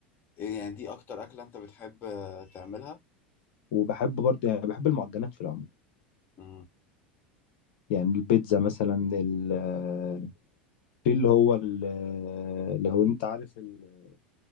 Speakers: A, on the left; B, on the left.
A: إيه يعني دي اكتر اكلة انت بتحب آه، تعملها
B: وبحب برضه يعني بحب المعجنات في العموم
A: امم
B: يعني البيتزا مثلا ال- آه، في اللي هو ال- آه، لو انت عارف ال-